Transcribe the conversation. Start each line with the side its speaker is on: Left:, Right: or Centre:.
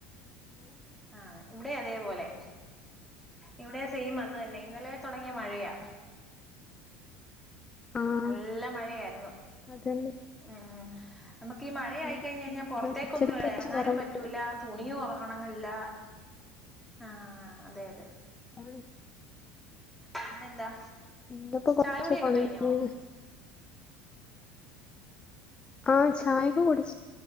Centre: ആ അതെ ഇവിടെ അതെ അതേപോലെ ഇവിടെ സെയിം അത് തന്നെ ഇന്നലെ തൊടങ്ങിയ മഴയാ
Left: ആഹ്
Centre: നല്ല മഴയായിരുന്നു
Left: അതന്നെ
Centre: ഉം നമുക്ക് ഈ മഴയായിക്കഴിഞ്ഞ്
Left: ഉം
Centre: കഴിഞ്ഞാ
Left: ഉം ഇന്ന്
Centre: പുറത്തേക്കൊന്നും
Left: ഉച്ചക്ക് ശേഷം
Centre: എറങ്ങാനും
Left: കൊറവുണ്ട്
Centre: പറ്റൂല്ല തുണിയും ഒറ ഒണങ്ങ ലാ ആ അതെ അതെ
Left: ഉം
Centre: പിന്നെന്താ
Left: ഇന്ന്പ്പോ കൊറച്ച്
Centre: ചായകുടിയൊക്കെ
Left: പണി
Centre: കഴിഞ്ഞോ
Left: <unintelligible> ആ ചായക്ക കുടിച്ചു